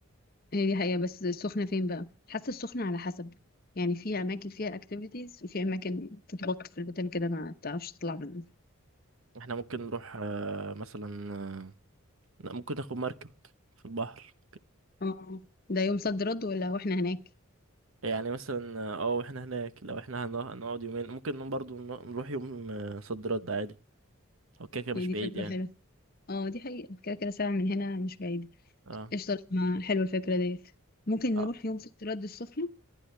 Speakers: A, on the left; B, on the right.
A: هي دي حقيقة بس السخنة فين بقى حاسة السخنة على حسب يعني في اماكن فيها اكتيفيتيز وفي اماكن تتبط في المكان كده ما بتعرفش تطلع منه
B: احنا ممكن نروح آه، مثلا آه، لا، ممكن ناخد مركب في البحر
A: اه ده يوم صد رد ولا واحنا هناك
B: يعني مثلا اه واحنا هناك لو احنا هنقع- هنقعد يومين ممكن نقوم برضو نروح نروح يوم آه، صد رد عادي هو كده كده مش
A: هي دي
B: بعيد
A: فكرة
B: يعني
A: حلوة اه دي حقيقة كده كده ساعة من هنا مش بعيد
B: اه
A: قشطة ما حلوة الفكرة ديت ممكن
B: اه
A: نروح يوم صد رد السخنة